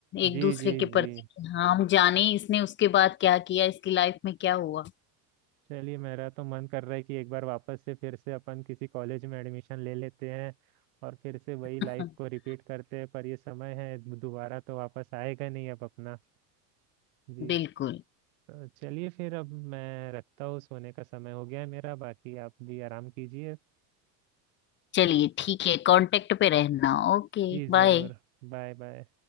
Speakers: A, on the left (about 25°); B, on the right (about 70°).
A: एक
B: जी
A: दूसरे
B: जी
A: के
B: जी
A: प्रति कि हाँ हम जाने इसने उसके बाद क्या किया इसकी लाइफ में क्या हुआ
B: चलिए मेरा तो मन कर रहा है कि एक बार वापस से फिर से अपन किसी कॉलेज में एडमिशन ले लेते हैं और फिर से वही लाइफ
A: <laughs>
B: को रिपीट करते हैं पर ये समय है दोबारा तो वापस आएगा नहीं अब अपना जी
A: बिल्कुल
B: तो चलिए फिर अब मैं रखता हूँ सोने का समय हो गया है मेरा बाकी आप भी आराम कीजिए
A: चलिए ठीक है कांटेक्ट पे रहना Okay
B: जी ज़रूर
A: bye
B: बाय बाय